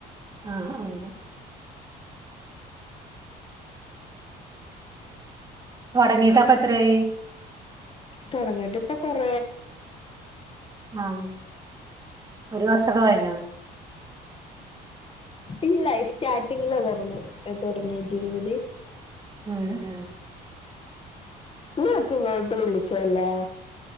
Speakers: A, on the right (about 25°); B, on the left (about 35°).
A: ആഹ അന തട നേീതാ പത്രായി
B: തുടങ്ങട്ട് ഇപ്പൊ കൊറ
A: ആഹ ഒരു വർഷൊക്കെ കഴിഞ്ഞോ
B: ഇല്ല സ്റ്റാർട്ടിങ്ങില വന്ന് തുടങ്ങിയ ജരുുവരി
A: ഉഹ ഉഹ
B: നിക്ക് ഇങ്ങോട്ട് വിളിച്ചല്ലേ